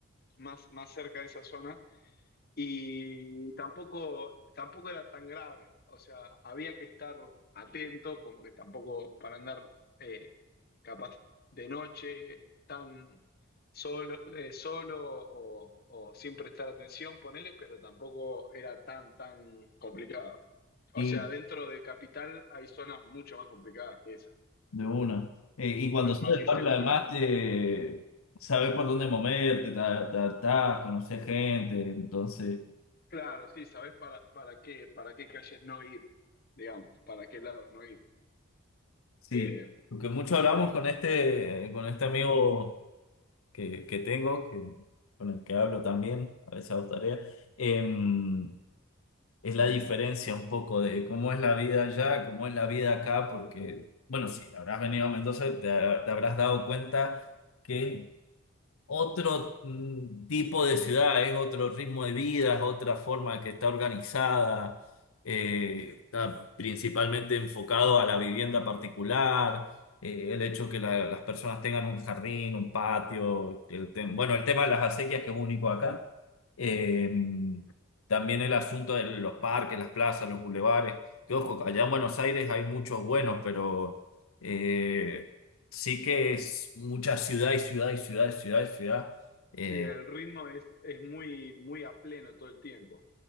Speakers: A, on the left (about 45°); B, on the left (about 80°).
A: más, más cerca de esa zona. Y tampoco, tampoco era tan grave. O sea, había que estar atento, como que tampoco para andar eh, capaz de noche tan solo, eh, solo o, o sin prestar atención, ponele, pero tampoco era tan, tan complicado. O
B: Y,
A: sea, dentro de Capital hay zonas mucho más complicadas que esas,
B: De una. Eh, y cuando
A: más,
B: sales
A: más inseguras.
B: del barrio, además, te sabes por dónde moverte, te adaptás, conoces gente. Entonces,
A: Claro, sí, sabés para, para qué, para qué calles no ir, digamos, para qué lados no ir.
B: sí.
A: Eh,
B: Lo que mucho hablamos con este, eh, con este amigo que, que tengo, que, con el que hablo también, a veces hago tareas, em, es la diferencia un poco de cómo es la vida allá, cómo es la vida acá, porque, bueno, sí, habrás venido a Mendoza, te te habrás dado cuenta que otro mm, tipo de ciudad, es otro ritmo de vida, es otra forma que está organizada, eh, está principalmente enfocado a la vivienda particular, eh, el hecho que la- las personas tengan un jardín, un patio, el tem- bueno, el tema de las acequias que es único acá, eh, también el asunto de los parques, las plazas, los bulevares, que ojo, allá en Buenos Aires hay muchos buenos, pero... eh, Sí que es mucha ciudad y ciudad y ciudad y ciudad y ciudad. Eh,
A: Sí, el ritmo es, es muy, muy a pleno todo el tiempo.